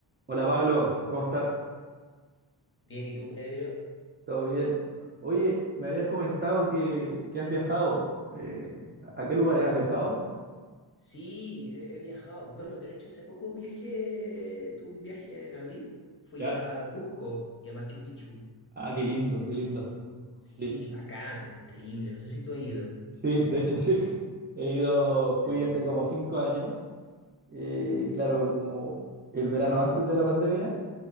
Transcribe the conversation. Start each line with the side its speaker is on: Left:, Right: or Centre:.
Right: Hola Pablo, ¿cómo estás?
Left: Bien, ¿y tú, Pedro?
Right: ¿Todo bien? Oye, me habías comentado que, que has viajado. Eh, ¿a a qué lugares has viajado?
Left: Sí, he, he viajado. Bueno, de hecho, hace poco viajé, tuve un viaje en abril. Fui
Right: ¿Ya?
Left: a Cusco y a Machu Picchu.
Right: Ah, qué lindo, qué lindo.
Left: Sí,
Right: Sí.
Left: bacán, increíble. No sé si tú has ido.
Right: Sí, de hecho sí. <laughs> He ido,
Left: Buena.
Right: fui hace como cinco años, eh, claro, como el verano antes de la pandemia,